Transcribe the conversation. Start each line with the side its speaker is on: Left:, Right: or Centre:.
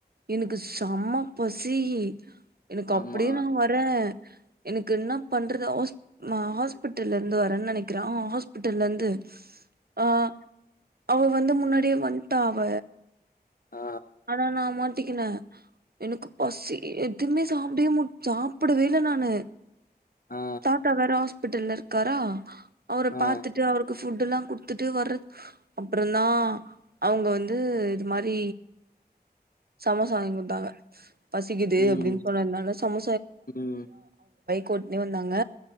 Right: எனக்கு செம பசி சீ எனக்கு அப்டியே
Left: ஆமா
Right: நா வர எனக்கு என்ன பண்றது ஹாஸ் நா ஹாஸ்பிட்டல்ல இருந்து வரேன் நனைக்கிற ஆ ஹாஸ்பிட்டல்ல இருந்து ஆ அவ வந்து முன்னாடியே வண்ட்டா அவ
Left: ஆ
Right: ஆனா நா மட் ட்டிக்குன எனக்கு பசி எதுமே சாப்டே சாப்டவே இல்ல நானு
Left: ஆ
Right: தாத்தா வேற ஹாஸ் பிட்டல்ல இருக்காரா அவர
Left: ஆ
Right: பாத்துட்டு அவருக்கு ஃபுட்டு்ல்லா குடுத்துட்டு வர்றது அப்புறந்தா அவங்க வந்து இது மாரி சமசா வாங்கி குட்த்தாங்க பசிக்குது
Left: ம்
Right: அப்டின் சொன்னதுனால சமோ
Left: ம்
Right: கூட்டுனே வந்தாங்க